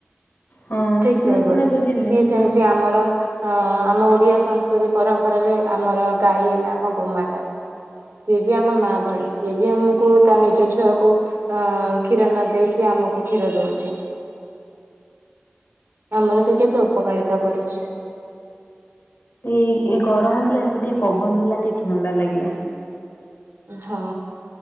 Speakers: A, on the left; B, on the right.
A: ହଁ
B: ଠିକ୍
A: ସେମାନେ
B: ସେଇଭଳି
A: ସିନା ବୁଝିଲେ
B: ସିଏ ସେମିତି
A: ହଁ।
B: ଆମର ହଁ ଆମ ଓଡ଼ିଆ ସଂସ୍କୃତି ପରମ୍ପରାରେ ଆମର ଗାଈ ହେଲା ଆମ ଗୋମାତା। ସିଏ ବି ଆମ ମା ଭଳି ସିଏ ବି ଆମକୁ ତା ନିଜ ଛୁଆକୁ ଅଁ କ୍ଷୀର ନ ଦେଇ ସିଏ ଆମକୁ କ୍ଷୀର ଦଉଛି। ଆମର ସେ କେତେ ଉପକାରିତା କରୁଛି।
A: ଏଇ, ଏଇ ଗରା ହଉଥିଲା ଏବେ ଟିକେ ପବନ୍ ଦେଲା ଟିକେ ଥଣ୍ଡା ଲାଗିଲା।
B: ହଁ।